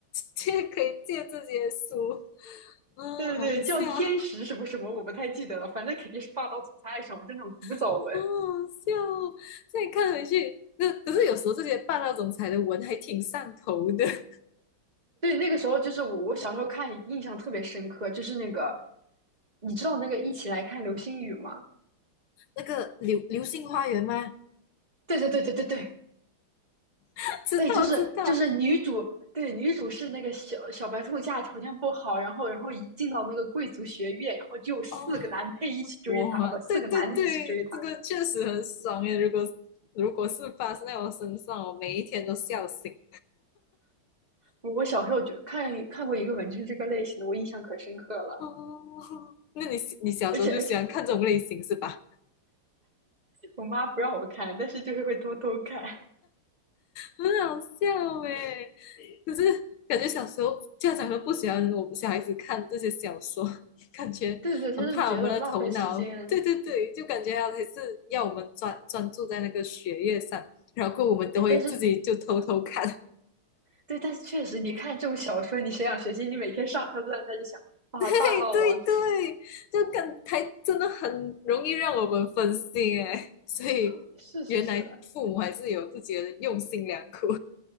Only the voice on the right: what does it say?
对对对，
叫天使什么什么，
我不太记得了，反正肯定是《霸道总裁爱上我》这种古早文。
对，那个时候就是我，我小时候看印象特别深刻，就是那个，你知道那个《一起来看流星雨》吗？
对对对对对对，
对，就是就是女主，对，女主是那个小小白兔家里条件不好，然后然后一进到那个贵族学院，然后就有四个男配一起追她，
啊不，四个男的一起追她。
我小时候就看看过一个文就是这个类型的，我印象可深刻了。
而且而且我妈不让我看，但是就是会偷偷看。<laughs>
对对，她就是觉得浪费时间。
哎，但是对，但是确实，你看这种小说，你谁想学习？你每天上课都在那里想啊，
霸道王子。
<laughs> 是是是，